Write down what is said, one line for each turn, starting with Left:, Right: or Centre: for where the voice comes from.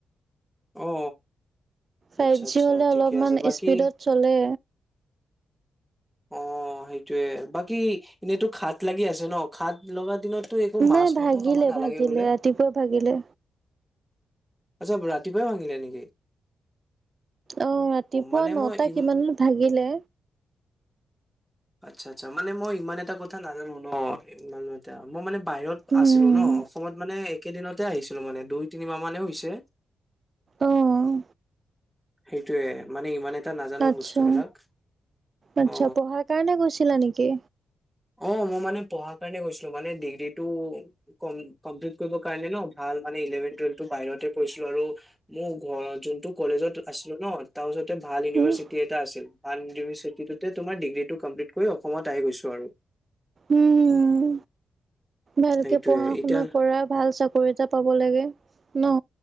Centre: অ,
Right: ফাইভ
Centre: আচ্ছা,
Right: জি
Centre: আচ্ছা।
Right: হ'লে
Centre: ঠিকে
Right: অলপমান
Centre: আছে, বাকী
Right: স্পীডত চলে
Centre: অ সেইটোৱে বাকী এনেইতো খাত লাগি আছে ন? খাত লগা দিনত তো একো মাছ
Right: নাই
Centre: মাংস
Right: ভাগিলে
Centre: খাব নালাগে
Right: ভাগিলে
Centre: বোলে?
Right: ৰাতিপুৱা ভাগিলে
Centre: আচ্ছা, ৰাতিপুৱাই ভাঙিলে নেকি?
Right: অ, ৰাতিপুৱা
Centre: মানে
Right: নটা
Centre: মই ই
Right: কিমান মানত ভাগিলে।
Centre: আচ্ছা, আচ্ছা। মানে মই ইমান এটা কথা নাজানো ন। ইমান এ মই মানে বাহিৰত
Right: উম।
Centre: আছিলো ন, অসমত মানে কেইদিনতে আহিছিলো, মানে দুই তিনিমাহ মানহে হৈছে।
Right: অ',
Centre: সেইটোৱে মানে ইমানে এটা নাজানো
Right: আচ্ছা,
Centre: বস্তু বিলাক,
Right: আচ্ছা
Centre: অ।
Right: পঢ়াৰ কাৰণে গৈছিলা নেকি?
Centre: অ মই মানে পঢ়াৰ কাৰণে গৈছিলো মানে ডিগ্ৰীটো ক কমপ্লিট কৰিব কাৰণে ন ভাল। ভাল মানে ইলেভেন টুৱেলভটো বাহিৰতে পৰিছিলো আৰু মোৰ ঘ যোনটো কলেজত আছিলো ন তা ওচৰত। ভাল ইউনিভাৰ্চিটি
Right: উম,
Centre: এটা আছিল ভাল ইভাৰ্চিটিতে তোমাৰ ডিগ্ৰীটো কমপ্লিট কৰি অসমত আহি গৈছো আৰু।
Right: উম, ভালকে
Centre: সেইটোয়ে
Right: পঢ়া
Centre: এতিয়া
Right: শুনা কৰা ভাল চাকৰি এটা পাব লাগে ন।